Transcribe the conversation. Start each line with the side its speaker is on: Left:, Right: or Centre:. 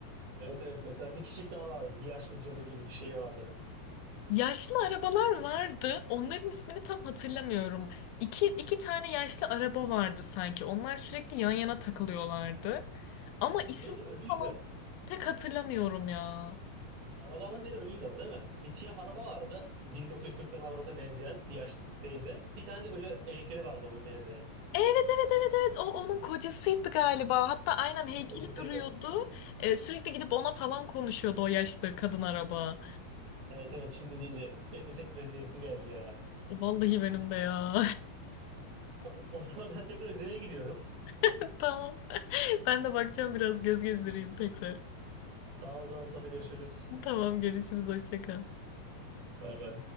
Right: Evet evet mesela bir kişilik daha vardı. Yaşlı cadı gibi bir şey vardı.
Left: <laughs> Yaşlı arabalar vardı onların ismini tam hatırlamıyorum. İki, iki tane yaşlı araba vardı sanki onlar sürekli yan yana takılıyorlardı ama isim
Right: Biri ölüydü.
Left: falan pek hatırlamıyorum ya.
Right: Arabalardan biri ölüydü ama değil mi? Bir siyah araba vardı. 1940'ların arabasına benzeyen yaşlı teyze. Bir tane de ölü heykeli vardı onun benzeyen.
Left: Evet evet evet evet o onun kocasıydı galiba. Hatta aynen
Right: Evet
Left: heykeli
Right: kocasıydı.
Left: duruyordu. Ee, sürekli gidip ona falan konuşuyordu o yaşlı kadın araba.
Right: Evet evet şimdi deyince benim de tek izleyesim geldi ya.
Left: Vallahi benim de ya.
Right: <laughs> O zaman ben tekrar izlemeye gidiyorum.
Left: <laughs> Tamam. Ben de bakacağım biraz göz gezdireyim tekrar.
Right: Tamam o zaman sonra görüşürüz.
Left: Tamam görüşürüz hoşça kal.
Right: Bay bay.